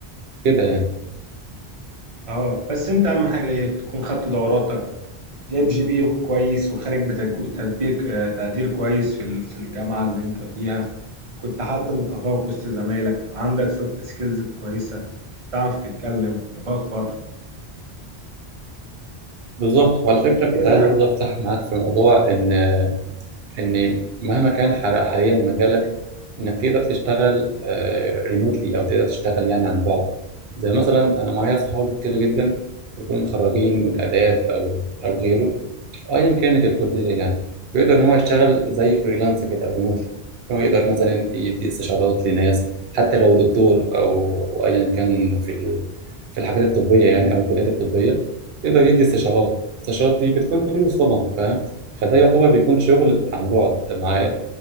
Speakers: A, on the right; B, on the right.
A: كده يعني
B: اه بس انت اهم حاجة ايه تكون خدت دوراتك جايب جي بي إيه كويس وخارج بتجو- تدبير آه، تقدير كويس في ال- في الجامعة اللي انت فيها كنت حد متفوق وسط زمايلك عندك سوفت سكيلز كويسة تعرف تتكلم تفكر
A: بالظبط وعلى فكرة
B: كده
A: كنت عايز
B: يعني
A: برضه أفتح معاك في موضوع إن ان مهما كان حر- حاليا مجالك انك تقدر تشتغل ريموتلي او تقدر تشتغل يعني عن بعد زي مثلا انا معايا صحابي كتير جدا بيكونوا متخرجين من اداب او او غيره ايا كانت الكليه يعني بيقدر ان هو يشتغل زي فريلانس كده او ريموتلي هو يقدر مثلا يدي استشارات لناس حتى لو دكتور او او ايا كان في ال- في الحاجات الطبيه يعني او الكليات الطبيه يقدر يدي استشارات الاستشارات دي بتكون بفلوس طبعا فاهم فده يعتبر بيكون شغل عن بعد معايا